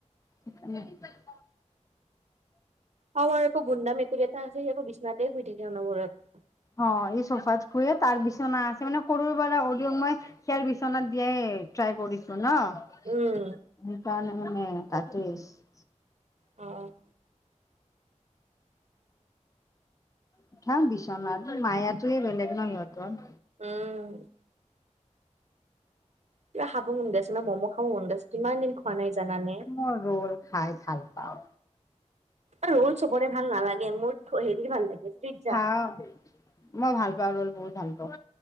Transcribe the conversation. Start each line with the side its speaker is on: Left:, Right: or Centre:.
Left: <unintelligible>
Right: আমাৰ আকৌ বোন্দা মেকুৰী এটা আছে, সি আকৌ বিছনাতেই শুই থাকে অনবৰত।
Left: অ' এই চোফাত শুৱে। তাৰ বিচনা আছে মানে, সৰুৰ পৰা অৰিঅ'ক মই সেয়াৰ বিচনাত দিয়াই ট্ৰাই কৰিছো ন?
Right: উম
Left: সেইকাৰণে মানে তাতেই আছে।
Right: অ'।
Left: উঠাম বিচনাত, মায়াটোৱে বেলেগ নহ সিহঁতৰ!
Right: উম। কিবা খাব মন গৈ আছে ন? ম'ম' খাব মন গৈছে কিমান দিন খোৱা নাই জানানে?
Left: মই ৰোল খাই ভাল পাওঁ।
Right: ৰোল চবৰে ভাল নালাগে। মোৰ হেৰি ভাল লাগে, পিজ্জা।
Left: অ'। মই ভাল পাওঁ, ৰোল বহুত ভাল পাওঁ।